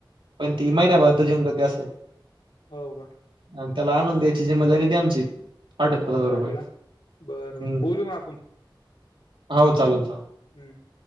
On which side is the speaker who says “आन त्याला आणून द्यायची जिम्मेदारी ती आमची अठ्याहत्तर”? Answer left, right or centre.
Right